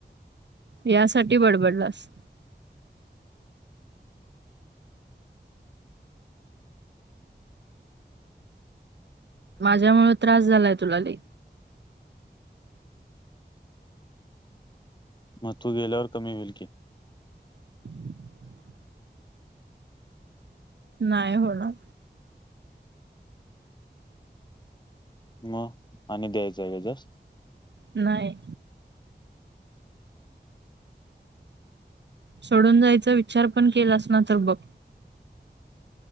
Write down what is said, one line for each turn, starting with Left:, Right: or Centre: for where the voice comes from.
Right: यासाठी बडबडला अस माझ्यामुळं त्रास झालाय तुला लय.
Left: म तू गेल्यावर कमी होईल की.
Right: <unintelligible> नाय होणार.
Left: मग आणि द्यायचाय का त्रास.
Right: नाही. सोडून जायचा विचार पण केलास ना तर बघ.